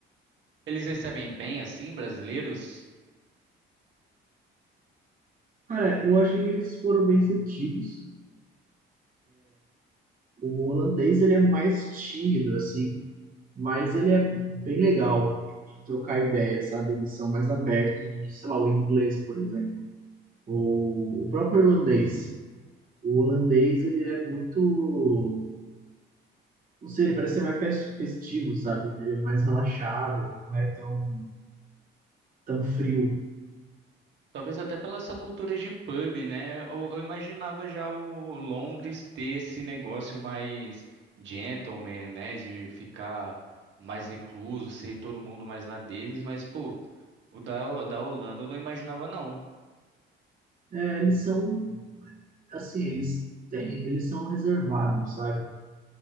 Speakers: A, on the right (about 65°); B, on the right (about 45°).
A: Eles recebem bem assim, brasileiros?
B: Cara, eu achei que eles foram bem receptivos. O holandês, ele é mais tímido, assim. Mas ele é bem legal de trocar ideia, sabe? Eles são mais abertos do que, sei lá, o inglês, por exemplo, ou o próprio irlandês. O holandês, ele é muito, não sei, ele parece ser mais fes- festivo, sabe? Ele é mais relaxado, ele não é tão, tão frio.
A: Talvez até pela essa cultura de pub, né? Eu, eu imaginava já o Londres ter esse negócio mais gentleman, né? De ficar mais recluso, ser todo mundo mais na deles, mas, pô, o da, da Holanda eu não imaginava, não.
B: É, eles são, assim, eles têm, eles são reservados, sabe?